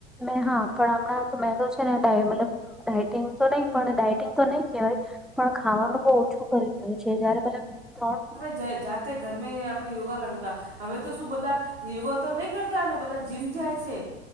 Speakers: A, in the centre; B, on the right.
A: મે હા પણ હમણાં તો મે તો છે ને ડાઈ મલબ ડાયટિંગ તો નહી પણ ડાયટિંગ તો નહી કેવાય પણ ખાવાનું બઉ ઓછું કર દીધું છે જયારે પેલા ત્રણ
B: જે જાતે ઘર મે આપણે યોગા કરતા તા. હવે તો શું બધા યોગા તો નહી કરતા ને બધા જીમ જાય છે.